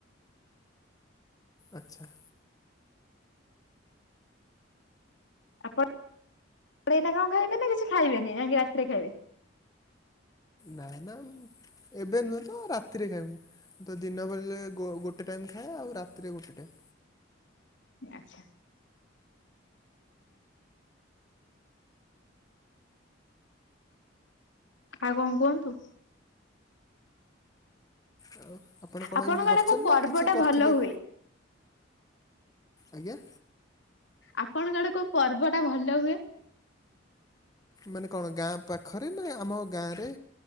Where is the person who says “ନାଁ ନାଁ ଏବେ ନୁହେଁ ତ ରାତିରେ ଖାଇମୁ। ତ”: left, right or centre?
Left